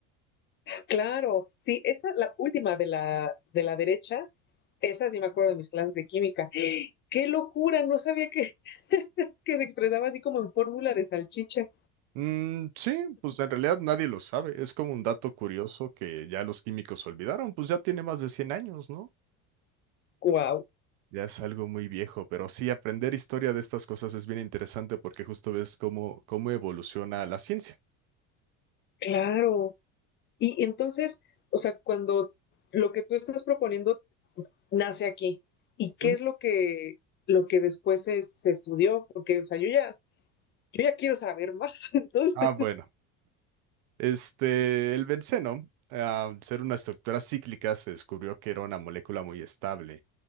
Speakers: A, on the left; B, on the right.
A: Claro, sí, esa, la última de la, de la derecha, esa sí me acuerdo de mis clases de química. ¡Qué locura! No sabía que, que se expresaba así como en fórmula de salchicha.
B: Mm, sí, pues en realidad nadie lo sabe, es como un dato curioso que ya los químicos olvidaron, pues ya tiene más de 100 años, ¿no?
A: ¡Guau!
B: Ya es algo muy viejo, pero sí, aprender historia de estas cosas es bien interesante porque justo ves cómo, cómo evoluciona la ciencia.
A: Claro. Y entonces, o sea, cuando lo que tú estás proponiendo nace aquí, ¿y qué
B: Ujú.
A: es lo que, lo que después se, se estudió? Porque, o sea, yo ya, yo ya quiero saber más. <laughs> Entonces,
B: Ah, bueno. Este, el benceno, ah, al ser una estructura cíclica, se descubrió que era una molécula muy estable